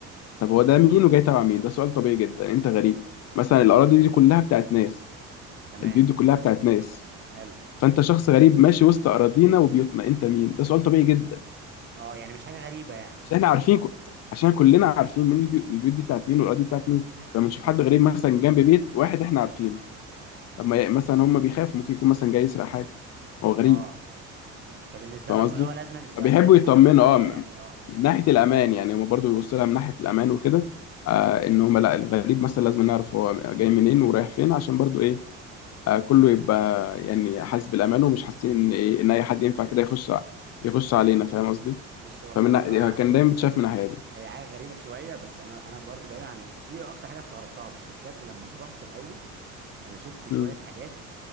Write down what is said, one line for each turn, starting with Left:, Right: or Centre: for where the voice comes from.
Left: طب
Right: امم
Left: هو ده مين وجاي تبع مين ده سؤال طبيعي جدا انت غريب مثلا الاراضي دي كلها بتاعت ناس
Right: تمام
Left: البيوت دي كلها بتاعت ناس
Right: حلو
Left: فانت شخص غريب ماشي وسط اراضينا وبيوتنا انت مين ده سؤال طبيعي جدا
Right: اه يعني مش حاجه غريبه يعني
Left: عشان احنا عارفين ك... عشان كلنا عارفين مين البيو- البيوت دي بتاعت مين والاراضي دي بتاعت مين لما نشوف
Right: امم
Left: حد غريب مثلا جنب بيت واحد احنا عارفينه طب ما ي- مثلا هم بيخافوا ممكن يكون مثلا جاي يسرق حاجه هو غريب
Right: اه فبالنسبه
Left: فاهم
Right: لهم
Left: قصدي
Right: اللي هو لازم السؤال
Left: فبيحبوا
Right: ده دي
Left: يطمنوا
Right: حاجه طبيعيه
Left: اه م-
Right: يعني اه
Left: من ناحيه الامان يعني هم برضو بيبصوا لها من ناحيه الامان وكده آه ان هم لا الغريب مثلا لازم نعرف هو جاي منين ورايح فين عشان برضو ايه آه كله يبقى يعني حاسس بالامان ومش حاسين ان ايه ان اي حد ينفع كده يخش ع- يخش علينا فاهم قصدي
Right: بص والله
Left: فمن
Right: بصراحه
Left: ناحية- كان
Right: <laughs> هي
Left: دايما بتشاف من الناحيه دي
Right: هي حاجه غريبه شويه بس انا انا برضو بعيد عن ال... دي اكتر حاجه استغربتها بس بجد لما رحت الاول انا شفت شويه
Left: مم.
Right: حاجات